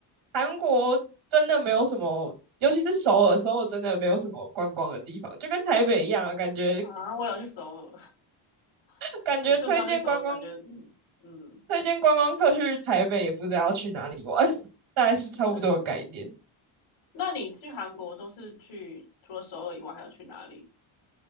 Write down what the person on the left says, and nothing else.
啊，我有去首尔，<laughs>
我就知道去首尔，感觉嗯嗯，
对。那你去韩国都是去除了首尔以外，还要去哪里？